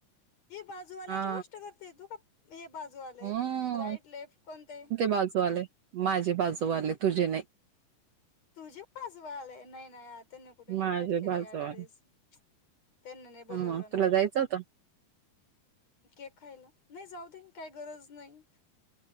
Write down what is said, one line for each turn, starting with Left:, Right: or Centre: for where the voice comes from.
Left: हे बाजूवाल्याची
Right: हा
Left: गोष्ट करते तू का? हे बाजुवाले
Right: हम्म
Left: राईट लेफ्ट कोणते?
Right: बाजूवाले माझे बाजूवाले तुझे नाय.
Left: तुझी बाजू वाले नाही नाही त्यांनी कुठे
Right: माझे
Left: इन्व्हाइट केलं
Right: बाजूवाले
Left: यावेेळेस त्यांनी नाही बोलवलं
Right: मग तुला
Left: ना बाई
Right: जायचं होतं
Left: केक खायला नाही जाऊ दे. काही गरज नाही.